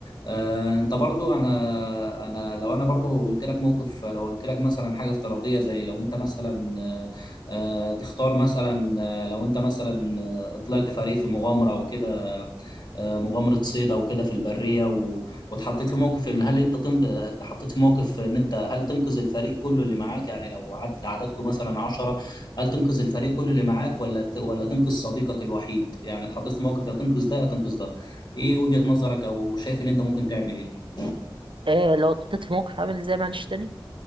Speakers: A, on the left; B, on the right.
A: آه، انت برضو انا انا لو انا برضو قلت لك موقف لو قلت لك مثلا حاجه افتراضيه زي لو انت مثلا آه، آه، تختار مثلا آه، لو انت مثلا آه، طلعت فريق في مغامره او كده آه، مغامره صيد او كده في البريه و- واتحطيت في موقف ان هل انت تنج... اتحطيت في موقف ان انت هل تنقذ الفريق كله اللي معاك يعني لو عد... عددكم مثلا 10 هل تنقذ الفريق كله اللي معاك ولا ت... ولا تنقذ صديقك الوحيد يعني اتحطيت في موقف يا تنقذ ده يا تنقذ ده ايه وجهه نظرك او شايف ان انت ممكن تعمل ايه
B: آه لو اتحطيت في موقف عامل إزاي معلش تاني؟